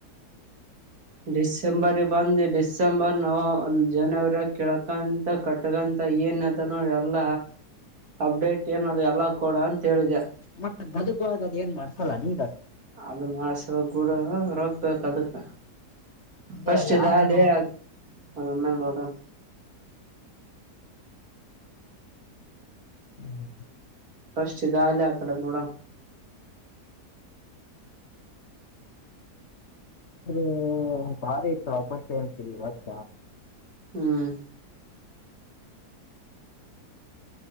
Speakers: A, on the right; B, on the left.
A: ಡಿಸೆಂಬರ ಬಂದ. ಡಿಸೆಂಬರ್ ನವಂಬರ್ ಜನವರಿ ಕೆಳ್ಕಂತ ಕಟ್ಟಕಂತ ಏನ್ದ ನೋ ಎಲ್ಲ... ಅಪ್ಡೇಟ್ ಏನದೆ ಎಲ್ಲಾ ಕೊಡು ಅಂತ ಹೇಳಿದೆ.
B: ಮತ್ತ್ ಗದುಕ ಹೋಗಕ್ಕ ಅದ್ ಏನ್ ಮಾಡ್ಸಲ್ಲಾ ನೀವ್
A: ಅದ ಮಾಡಸುವಾಗ ಕೂಡ ರಕ್ತ ಹೊಯಿತ್ ಅದಕ್... ಪಸ್ಟ್
B: ಯಾವ್ದಾರ
A: ಇದಾಲಿ ಅಮ್ಮೇಲ್ ನೋಡಣ..
B: ಹ್ಮ್...
A: ಪಾಶ್ಟ್ ಇರಾನಿ ಆಕಡೆ ನೋಡಣ.
B: ಸರಿ ಭಾರಿ ಇತ್ತು ಅಪಶೆ ಈ ವರ್ಷ...
A: ಹ್ಮ್..